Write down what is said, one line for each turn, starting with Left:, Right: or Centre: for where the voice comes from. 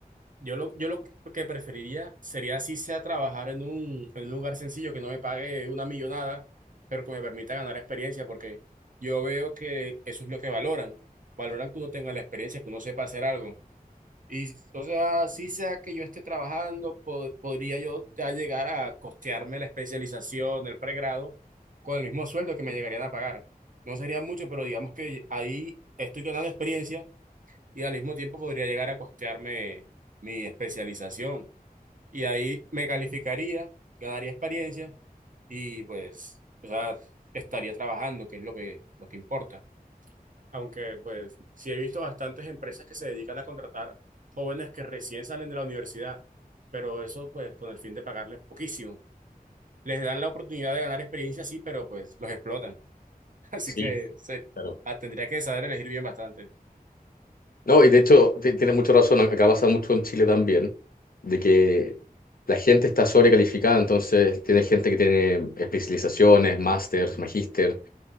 Right: yo lo, yo lo que preferiría sería así sea trabajar en un, en un lugar sencillo que no me pague una millonada, pero que me permita ganar experiencia, porque yo veo que eso es lo que valoran. Valoran que uno tenga la experiencia, que uno sepa hacer algo. Y o sea, así sea que yo esté trabajando, po- podría yo ya llegar a costearme la especialización, el pregrado, con el mismo sueldo que me llegarían a pagar. No sería mucho, pero digamos que ahí estoy ganando experiencia y al mismo tiempo podría llegar a costearme mi especialización. Y ahí me calificaría, ganaría experiencia y pues, o sea, estaría trabajando, que es lo que, lo que importa. Aunque pues sí he visto bastantes empresas que se dedican a contratar jóvenes que recién salen de la universidad, pero eso pues con el fin de pagarles poquísimo. Les dan la oportunidad de ganar experiencia, sí, pero pues los explotan. <laughs> Así
Left: sí,
Right: que se,
Left: claro.
Right: ah, tendría que saber elegir bien bastante.
Left: No, y de hecho ti- tiene mucho razón, acá pasa mucho en Chile también, de que la gente está sobrecalificada, entonces tiene gente que tiene especializaciones, másters, magíster,